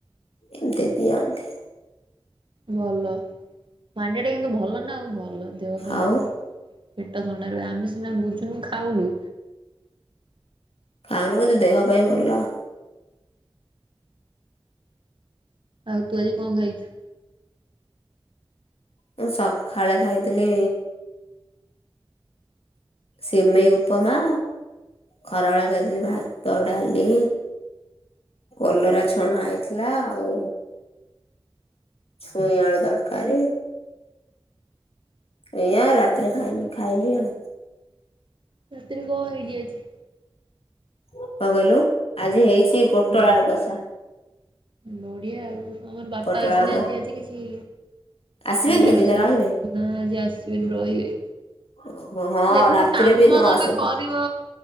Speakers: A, on the left; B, on the right.
A: ଏମିତି ଦିଅନ୍ତି।
B: ଭଲ ମାଣ୍ଡିଆଟା କିନ୍ତୁ ଭଲନା ଆଉ ଭଲ ଦେହ ପାଇଁ
A: ଆଉ
B: ଭଲ। ପେଟ ଥଣ୍ଡା ରୁହେ ଆମେ ସିନା ବୁଝୁନୁ ଖାଉନୁ
A: ଖାଉନୁ କିନ୍ତୁ ଦେହ ପାଇଁ ଭଲ।
B: ଆଉ ତୁ ଆଜି କଁ ଖାଇଚୁ?
A: ମୁଁ ସଖାଳେ ଖାଇଥିଲି ସିମେଇ ଉପମା ଖରାବେଳେ ଖାଇଥିଲି ଭାତ ଡ଼ାଲି କଲରା ଛଣା ହେଇଥିଲା ଆଉ ଛୁଇଁ ଆଳୁ ଦରକାର ଏଇଆା ରାତିରେ ଖାଇନି ଖାଇବି ଆଉ।
B: ରାତିରେ କଣ ହେଇଯାଇଛି?
A: କଣ କହିଲୁ ଆଜି ହେଇଛି ପୋଟଳ
B: ହୁଁ
A: ଆଳୁ କଷା
B: ବଢିଆ ଆଉ ଆମର ବାପା
A: ପୋଟଳ
B: ଆସିନାହାନ୍ତି
A: ଆଳୁ କ
B: ଆଜି କିଛି
A: ଆସିବେନି
B: ଆଉ କିଛି
A: ଆଜି
B: ରୋଷେଇ
A: ନା ରହିବେ
B: କର ନା ଆଜି ଆସିବେନି ରହିବେ।
A: ହଁ ହଁ ହଁ।
B: ଦେଖୁନୁ
A: ରାତିରେ
B: କାମ
A: ବି ନ
B: ତମେ
A: ଆସନ୍ତୁ
B: କରି ବ